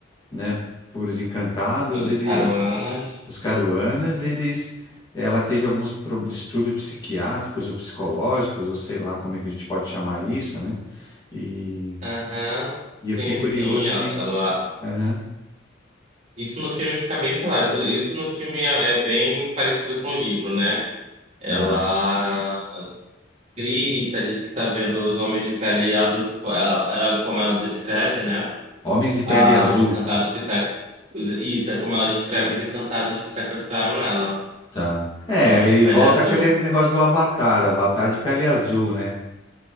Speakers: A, on the left; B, on the right.
A: né, por os encantados,
B: <laughs> Pelos
A: ele
B: caruanas.
A: é Os Caruanas, eles, ela teve alguns pro- distúrbios psiquiátricos ou psicológicos, ou sei lá como é que a gente pode chamar isso, né? E,
B: Aham, Sim,
A: e eu fiquei curioso
B: sim. Ela,
A: de,
B: ela-
A: aham,
B: Isso no filme fica bem claro. Isso no filme é, é bem parecido com o livro, né? Ela
A: tá.
B: grita, diz que tá vendo os homens de pele azul, que foi, ela- era como ela descreve, né?
A: Homens de pele
B: Ah,
A: azul,
B: os encantados que sa... os- Isso, é como ela descreve os encantados que sequestraram ela.
A: tá. É,
B: Os homens
A: e
B: de pele
A: volta
B: azul.
A: aquele negócio do Avatar, Avatar de pele azul, né?